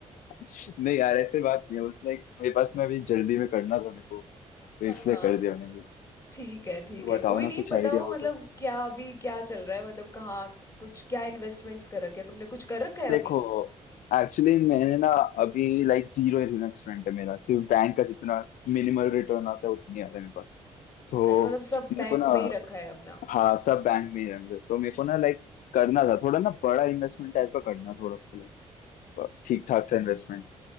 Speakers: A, on the left (about 70°); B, on the left (about 20°).
A: <laughs> नहीं यार ऐसे बात नहीं है बस लाइक मेरे पास ना अभी जल्दी में करना था मेरे को तो इसलिए
B: हाँ
A: कर दिया मैंने भी
B: ठीक है ठीक
A: तो
B: है
A: बताओ
B: कोई
A: ना
B: नहीं
A: कुछ
B: बताओ
A: आइडिया हो
B: मतलब
A: तो।
B: क्या अभी क्या चल रहा है मतलब कहाँ कुछ क्या इन्वेस्टमेंट्स कर रखे हैं तुमने कुछ कर रखा है
A: देखो
B: अभी
A: एक्चुअली मैंने ना अभी लाइक जीरो इन्वेस्टमेंट है मेरा सिर्फ बैंक का जितना मिनिमल रिटर्न आता है उतनी आता है मेरे पास तो
B: अच्छा मतलब सब
A: मेरे
B: बैंक
A: को ना
B: में ही रखा है अपना
A: हाँ सब बैंक में ही है मेरे। तो मेरे को ना लाइक करना था थोड़ा ना बड़ा इन्वेस्टमेंट टाइप का करना थोड़ा सा लाइक ठीक ठाक सा इन्वेस्टमेंट